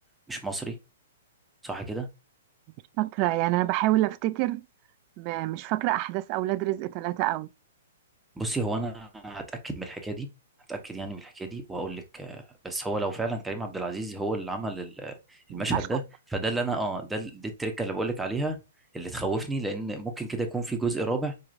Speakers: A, in the centre; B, on the right (about 40°).
A: مش مصري صح كده
B: مش فاكره يعني انا بحاول افتكر ب... مش فاكره احداث اولاد رزق ثلاثة قوي
A: بصي هو انا هتاكد من الحكايه دي هتاكد يعني من الحكايه دي وهقول لك آه، بس هو لو فعلا كريم عبد العزيز هو اللي عمل ال-
B: المشهد
A: المشهد ده
B: ده.
A: فده اللي انا اه ده ال- دي التركه اللي بقول لك عليها اللي تخوفني لان ممكن كده يكون في جزء رابع